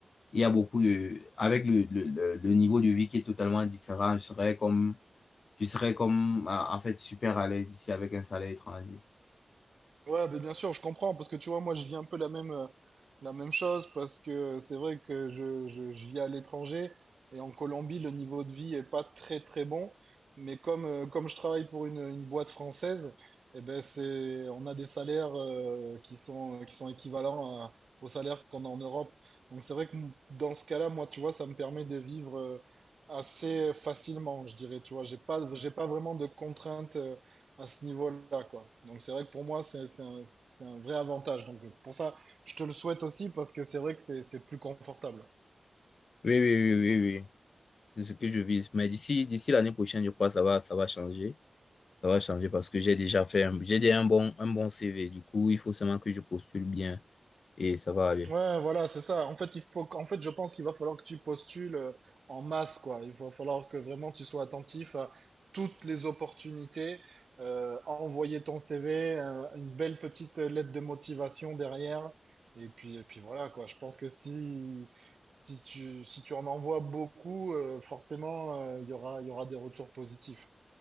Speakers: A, on the left; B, on the right.
A: il y a beaucoup de, avec le, le, le, le niveau de vie qui est totalement différent, je serais comme, je serais comme, en en fait, super à l'aise ici avec un salaire étranger.
B: Ouais, mais bien sûr, je comprends, parce que tu vois, moi, je vis un peu la même, euh, la même chose, parce que c'est vrai que je, je, je vis à l'étranger, et en Colombie, le niveau de vie est pas très, très bon, mais comme, euh, comme je travaille pour une, une boîte française, eh ben, c'est, on a des salaires, euh, qui sont, qui sont équivalents à- aux salaires qu'on a en Europe. Donc, c'est vrai que m- dans ce cas-là, moi, tu vois, ça me permet de vivre, euh, assez facilement, je dirais, tu vois, j'ai pas, j'ai pas vraiment de contraintes, euh, à ce niveau-là, quoi. Donc c'est vrai que pour moi, c'est c'est un, c'est un vrai avantage. Donc c'est pour ça, je te le souhaite aussi parce que c'est vrai que c'est c'est plus confortable.
A: Oui, oui, oui, oui, oui. C'est ce que je vise. Mais d'ici, d'ici l'année prochaine, je crois que ça va, ça va changer. Ça va changer parce que j'ai déjà fait un, j'ai déjà un bon, un bon CV. Du coup, il faut seulement que je postule bien et ça va aller.
B: Ouais, voilà, c'est ça. En fait, il faut, qu- en fait, je pense qu'il va falloir que tu postules euh, en masse, quoi. Il va falloir que vraiment tu sois attentif à toutes les opportunités, euh, envoyer ton CV, euh, une belle petite lettre de motivation derrière. Et puis, et puis voilà, quoi. Je pense que si, si tu, si tu en envoies beaucoup, euh, forcément, euh, il y aura, il y aura des retours positifs.